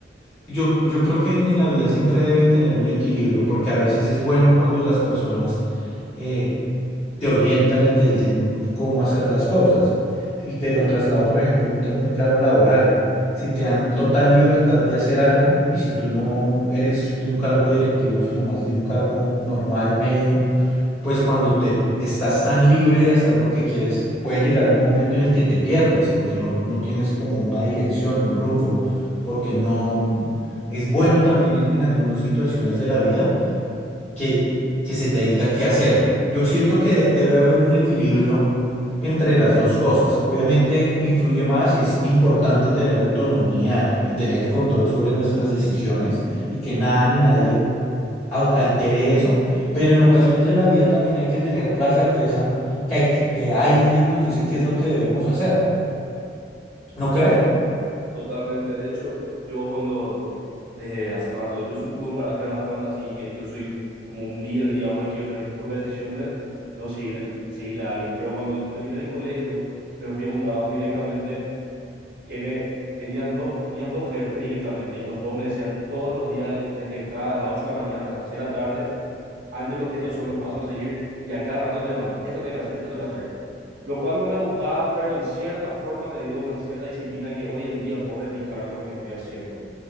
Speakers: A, on the left; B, on the right.
A: yo, yo creo que en, en la vida siempre debe tener un equilibrio, porque a veces es bueno cuando las personas eh, te orientan y te dicen cómo hacer las cosas. Y te lo traslado, por ejemplo, a un, t- un plano laboral. Si te dan total libertad de hacer algo y si tú no eres de un cargo directivo, sino más bien un cargo normal, medio, pues cuando te estás tan libre de hacer lo que quieres, puede llegar un momento en el que te pierdes porque no, no tienes como una dirección, un rumbo, porque no es bueno también en en algunas situaciones de la vida que, que se te diga qué hacer. Yo siento que debe haber un equilibrio entre las dos cosas. Obviamente influye más y es importante tener autonomía y tener el control sobre nuestras decisiones y que nada ni nadie au- altere eso, pero en ocasiones de la vida también hay que tener la certeza que, hay, que alguien nos dice qué es lo que debemos hacer. ¿No crees?
B: Totalmente, de hecho, yo cuando desde hace rato, yo su- tuve un carácter bastante así que yo soy un- como un líder, digamos, y quiero tener mis propias decisiones, no seguir, el- seguirle a alguien. Pero cuando yo terminé el colegio, me fui a un trabajo directamente que me tenían dos, tenías dos jefes directamente y los dos me decían todos los días desde que entraba, a las 8 de la mañana hasta las 6 de la tarde, Ángelo, estos son los pasos a seguir y a cada rato me llaman, esto tengo que hacer, esto tengo que hacer. Lo cual no me gustaba, pero en cierta forma me dio una cierta disciplina que hoy en día puedo replicar con lo que estoy haciendo.